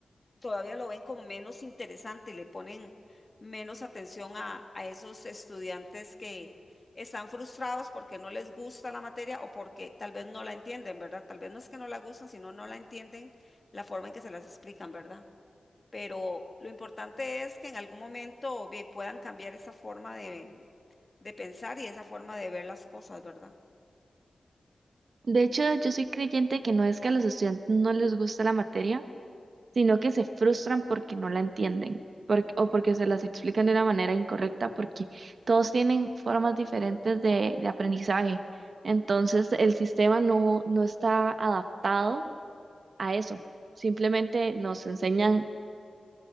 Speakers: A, on the left; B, on the right.
A: todavía lo ven como menos interesante, le ponen menos atención a, a esos estudiantes que están frustrados porque no les gusta la materia o porque tal vez no la entienden, ¿verdad? Tal vez no es que no la gustan, sino no la entienden la forma en que se las explican, ¿verdad? Pero lo importante es que en algún momento ve, puedan cambiar esa forma de, de pensar y esa forma de ver las cosas, ¿verdad?
B: De hecho, yo soy creyente que no es que a los estudiantes no les gusta la materia, sino que se frustran porque no la entienden, porque, o porque se las explican de una manera incorrecta, porque todos tienen formas diferentes de, de aprendizaje. Entonces, el sistema no, no está adaptado a eso. Simplemente nos enseñan